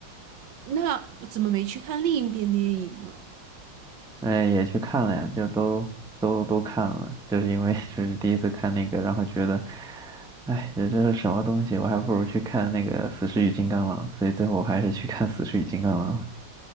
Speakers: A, on the right; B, in the centre.
A: 那我怎么没去看另一边电影呢？
B: 嗯、也去看了呀，就都都都看了，就是因为 <laughs> 就是第一次看那个，然后觉得，哎，这这是什么东西？我还不如去看那个《死侍与金刚狼》，所以最后我还是去看《死侍与金刚狼》了。